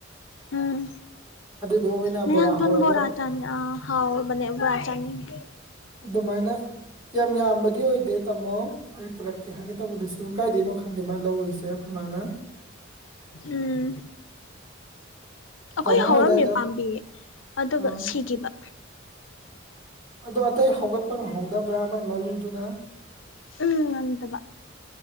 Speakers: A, on the left; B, on the right.
A: ꯎꯝ
B: ꯑꯗꯨꯗꯣ ꯑꯣꯏꯅ
A: ꯃꯌꯥꯡꯇꯣꯟ
B: ꯕꯣꯔꯥ ꯍꯧꯔꯒ
A: ꯕꯣꯔꯥ ꯆꯥꯅꯤ ꯑ ꯍꯥꯎ ꯕꯅꯦ ꯕꯣꯔꯥ ꯆꯥꯅꯤꯡꯉꯤ꯫
B: ꯑꯗꯨꯃꯥꯏꯅ ꯌꯥꯝ ꯌꯥꯝꯕꯗꯤ ꯑꯣꯏꯗꯦ ꯇꯥꯃꯣ꯫ ꯑꯩ ꯄꯨꯔꯛꯀꯦ ꯍꯥꯏꯒꯦ ꯇꯧꯕꯗꯨꯁꯨ ꯀꯥꯏꯗꯣꯏꯅꯣ ꯈꯪꯗꯦ ꯃꯥ ꯂꯧꯔꯨꯏꯁꯦ ꯑꯈꯣꯏ ꯃꯥꯅ
A: ꯎꯝ ꯑꯈꯣꯏ
B: ꯇꯥꯃꯣ ꯍꯣꯏ
A: ꯍꯧꯔꯝꯃꯦ
B: ꯑꯗꯥꯏꯗ
A: ꯄꯥꯝꯕꯤ ꯑꯗꯨꯒ
B: ꯑꯥ
A: ꯁꯤꯒꯤꯕ꯫
B: ꯑꯗꯣ ꯑꯇꯩ ꯍꯧꯒꯠꯄ ꯉꯝꯍꯧꯗꯕ꯭ꯔꯥ ꯃꯥꯏ ꯃꯔꯨꯗꯨꯅ?
A: ꯎ ꯉꯝꯗꯕ